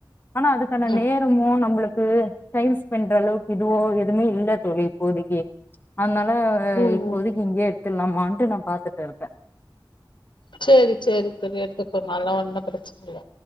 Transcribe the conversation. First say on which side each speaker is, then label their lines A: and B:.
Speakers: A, on the left; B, on the left.
A: ஆனா அதுக்கான
B: ம்
A: நே ரமோ நம்பளுக்கு டைம் ஸ்பெண்றளவுக்கு இதுவோ எதுமே இல்ல தோழி இப்போதிக்கி அன்னால
B: ம்
A: இப்போதிக்கு
B: ம்
A: இங்யே எட்த்துர்லாமான்ட்டு நா பாத்துட்டுருக்கே
B: சேரி சேரி தோழி எடுத்துக்கோங்க அதல்லா ஒன்னு பிரச்சன இல்ல